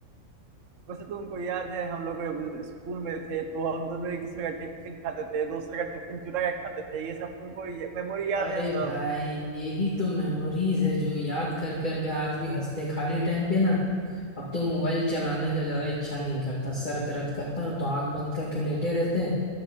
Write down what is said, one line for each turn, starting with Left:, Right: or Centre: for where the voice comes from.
Right: वैसे तुमको याद है हम लोग जब स्कूल में थे तो हम दोनों एक दूसरे का टिफिन खाते थे दूसरे का टिफिन चुरा के खाते थे ये सब तुमको मेमोरी याद
Left: अरे
Right: है सब
Left: भाई यही तो मेमोरीज है जो याद कर करके आज भी हंसते खाली टाइम पे ना अब तो मोबाइल चलाने का ज्यादा इच्छा नहीं करता सर दर्द करता है ना तो आंख बंद करके लेटे रहते हैं